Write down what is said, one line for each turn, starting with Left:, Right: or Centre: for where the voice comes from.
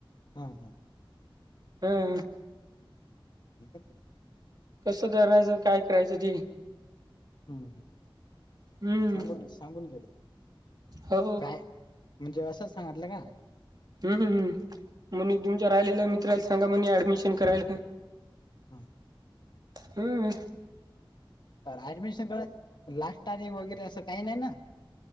Left: हम हं
Right: हम्.
Left: ठीक आहे.
Right: कसं करायचं काय करायचं ते.
Left: हम्म
Right: हम्म,
Left: सांगून सांगून घेले
Right: हो
Left: काय. म्हणजे असं सांगितलं का
Right: हम् म्ह तुमच्या राहिलेलं मित्राला सांगा म्हणे ऍडमिशन करायला
Left: हा
Right: हम्म
Left: तर ऍडमिशन कय लास्ट तारीख वगैरे असं काही नाही ना